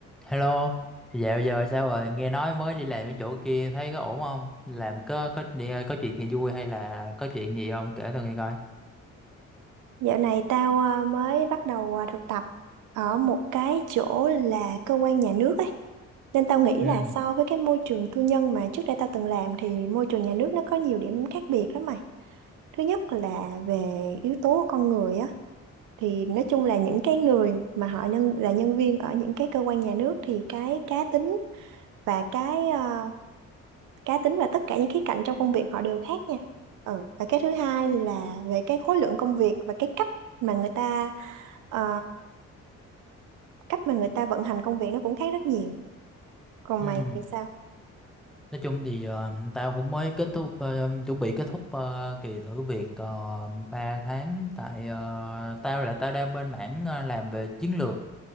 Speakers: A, in the centre; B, on the right (about 80°).
A: Hello, dạo giờ sao rồi? Nghe nói mới đi làm cái chỗ kia thấy có ổn không? Làm có có đi- có chuyện gì vui hay là có chuyện gì không? Kể tao nghe coi.
B: Dạo này tao à, mới bắt đầu à, thực tập ở một cái chỗ là cơ quan nhà nước ấy. Nên tao nghĩ
A: Ừ,
B: là so với cái môi trường tư nhân mà trước đây tao từng làm thì môi trường nhà nước nó có nhiều điểm khác biệt lắm mày. Thứ nhất là về yếu tố con người á thì nói chung là những cái người mà họ nhân là nhân viên ở những cái cơ quan nhà nước thì cái cá tính và cái à, cá tính và tất cả những khía cạnh trong công việc họ đều khác nha. Ừ. Và cái thứ hai là về cái khối lượng công việc và cái cách mà người ta ờ, cách mà người ta vận hành công việc nó cũng khác rất nhiều còn
A: ừ.
B: mày thì sao
A: Nói chung thì ờ, tao cũng mới kết thúc ờ, chuẩn bị kết thúc ờ, kỳ thử việc uh, 3 tháng tại ờ, tao là tao đang bên mảng ờ, làm về chiến lược